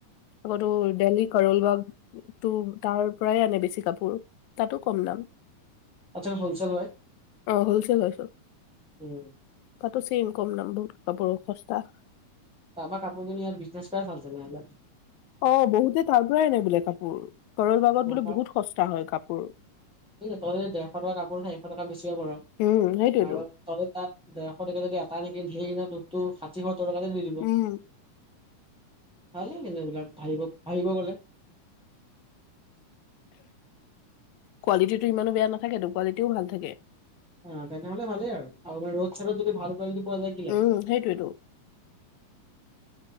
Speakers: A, on the left; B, in the centre.
A: আকৌটো দেলহী কৰলবাগ টো তাৰ পৰাই আনে বেছি কাপোৰ। তাতো কম দাম।
B: তাত হ'লচেল হয়
A: হোলছেল লৈছোঁ।
B: উম
A: তাতো চেইম, কম দাম বহুত কাপোৰো সস্তা।
B: তাপা কাপোৰ কিনি ইয়াত বিজনেছ কৰাই ভাল তেনেহলে।
A: অ', বহুতে তাৰ পৰাই আনে বোলে কাপোৰ, কৰল বাগত
B: অ,
A: বোলে
B: পাৰ
A: বহুত সস্তা হয় কাপোৰ।
B: এই তই ডেৰশ টকা কাপোৰ চাৰিশ টকাত বেছিব পাৰ। তহঁতৰ'
A: উম, সেইটোৱেতো
B: তাত ডেৰশ টকীয়া যদি আটাই অনি <unintelligible> তোক টো যি <unintelligible> দি দিব,
A: উম,
B: ভালেই তেন্তে এইবিলাক, ভাবিব-ভাবিব গলে।
A: কোৱালিটিটো ইমানো বেয়া নাথাকেতো কোৱালিটিও ভাল থাকে।
B: অ', তেনেহলে ভালেই আৰু <unintelligible> ৰদ চাইডত যদি ভাল কোৱালিট পোৱা যায় কি লাগে
A: উম, সেইটোয়েইটো।